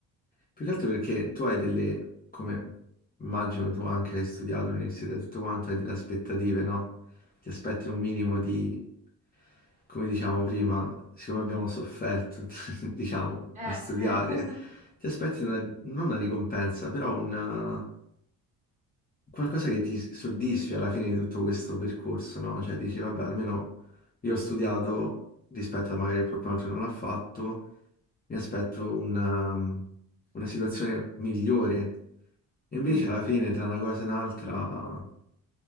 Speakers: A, on the left; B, on the right.
A: Più che altro perché tu hai delle, come immagino tu anche hai studiato all'università e tutto quanto, hai delle aspettative, no? Ti aspetti un minimo di, come diciamo prima, siccome abbiamo sofferto, <laughs> diciamo,
B: Eh,
A: a studiare,
B: eh. <laughs>
A: ti aspetti una- non una ricompensa, però un... qualcosa che ti soddisfi alla fine di tutto questo percorso, no? Cioè dici, vabbè, almeno io ho studiato rispetto a magari qualcun altro che non l'ha fatto, mi aspetto una, una situazione migliore. E invece
B: Mm.
A: alla fine, tra una cosa e un'altra,